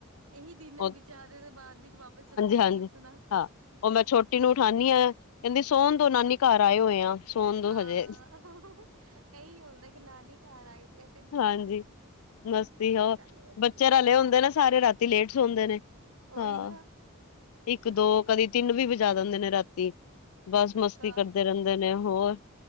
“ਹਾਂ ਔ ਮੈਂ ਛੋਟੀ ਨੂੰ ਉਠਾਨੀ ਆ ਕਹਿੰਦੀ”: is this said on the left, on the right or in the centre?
Left